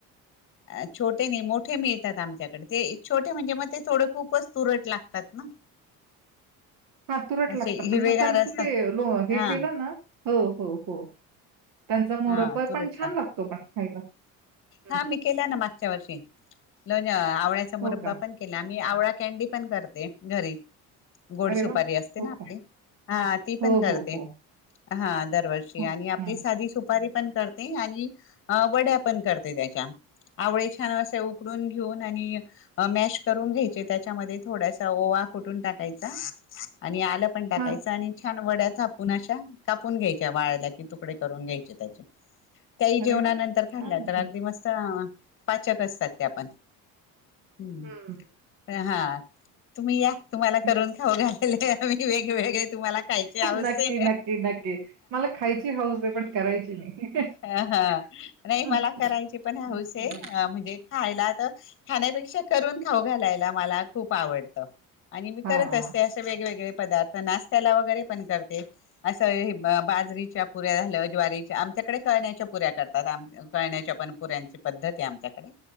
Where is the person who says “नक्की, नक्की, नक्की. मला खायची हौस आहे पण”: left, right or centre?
Right